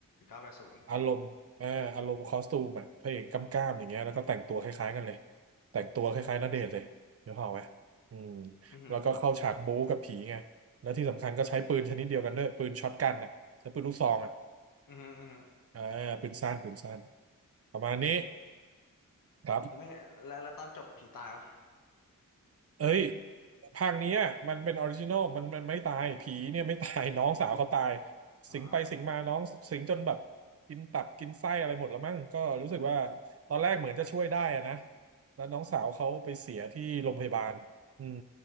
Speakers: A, on the left; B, on the right.
A: เก้าแปดศูนย์โอ้โห
B: อารมณ์เอออารมณ์คอสตูมแบบพระเอกกำกล้ามอย่างเงี้ยแล้วก็แต่งตัวคล้ายๆกันเลย แต่งตัวคล้ายๆณเดชน์เลยเดี๋ยวเผาไหมอืม
A: อือฮึ
B: แล้วก็เข้าฉากบู๊กับผีไงแล้วที่สำคัญก็ใช้ปืนชนิดเดียวกันด้วย ปืนช็อตกันนะใช้ปืนลูกซองอ่ะ
A: อือฮึอือฮึ
B: เออปืนสั้นปืนสั้นประมาณนี้ครับ
A: แล้วไม่แล้วแล้วตอนจบผีตายปะ
B: เอ้ยภาคเนี้ยมันเป็นออริจินอลมันมันไม่ตายผีเนี่ยไม่ตาย <laughs> น้องสาวเขาตาย
A: อ๋อ
B: สิงไปสิงมาน้องสิงจนแบบกินตับกินไส้อะไรหมดแล้วมั้งก็รู้สึกว่าตอนแรกเหมือนจะช่วยได้อะนะแล้วน้องสาวเขาไปเสียที่โรงพยาบาลอืม